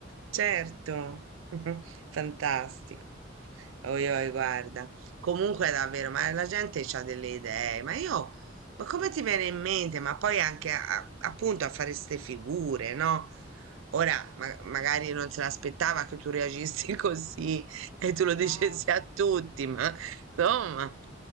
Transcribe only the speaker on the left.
sì,
sì.
<laughs>
No,